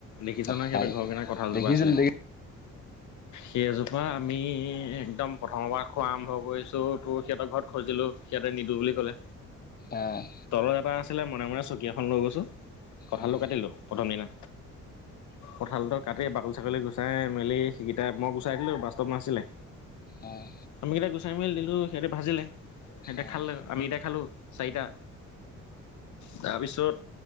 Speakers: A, on the left; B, on the left.
A: দেখিছ
B: কঁঠাল
A: নহয় সিহঁতৰ ঘৰকেনে কঠালজোপা
B: দেখিছিলো
A: আছিলে।
B: দেখি
A: সেইজোপা আমি একদম প্ৰথমৰ পৰা খোৱা আৰম্ভ কৰিছো, তোৰ সিহঁতৰ ঘৰত খুজিলো। সিহঁতে নিদো বুলি ক'লে।
B: অ'।
A: তলত এটা আছিলে মনে মনে চকী এখন লৈ গৈছো। কঁঠালটো
B: উম,
A: কাটিলো প্ৰথম দিনা। কঁঠালটো কাটি বাকলি ছাকলি গুচাই মেলি সেইকেইটা মই গুচাই দিলো বাষ্টপ নাছিলে।
B: উম,
A: আমিকেইটা গুচাই মেলি দিলো সিহঁতে ভাজিলে। সিঁহতে
B: উম।
A: খালে আমিকেটা খালো চাৰিটা। তাৰপিছত